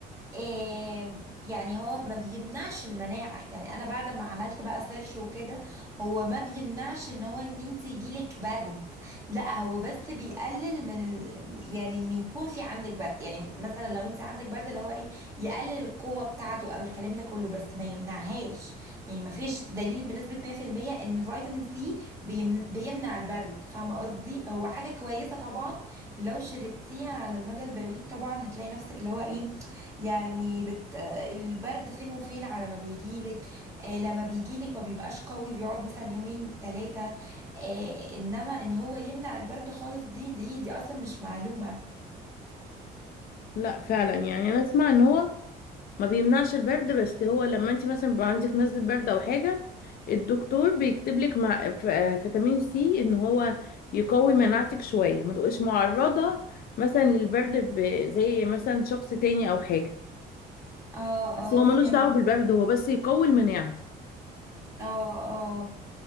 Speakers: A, on the right (about 15°); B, on the left (about 60°).
A: آم، يعني هو ما بيمنعش المناعة يعني انا بعد ما عملت بقى سيرش وكده هو ما بيمنعش ان هو ان انت يجيلك برد لا هو بس بيقلل من ال... يعني ان يكون في عندك برد يعني مثلا لو انت عندك برد اللي هو ايه يقلل القوة بتاعته او الكلام ده كله بس ما يمنعهاش يعني ما فيش دليل بنسبة 100% ان فيتامين سي بيم... بيمنع البرد فاهمة قصدي هو حاجة كويسة طبعا لو شربتيها على المدى البعيد طبعا هتلاقي نفسك اللي هو ايه يعني بت... البرد فين وفين على ما بيجيلك آه لما بيجيلك ما بيبقاش قوي بيقعد مثلا يومين ثلاثة آه انما ان هو يمنع البرد خالص دي دي دي اصلا مش معلومة
B: لا فعلا يعني
A: يعني
B: انا اسمع ان هو ما بيمنعش البرد بس هو لما انت مثلا بيبقى عندك نزله برد او حاجه الدكتور بيكتب لك مع ف- آه، فيتامين سي ان هو يقوي مناعتك شويه ما تبقيش معرضه مثلا للبرد ب- زي مثلا شخص تاني او حاجه
A: اه
B: بس
A: اه
B: هو ملوش
A: فهمت
B: دعوه بالبرد هو بس يقوي المناعه
A: اه اه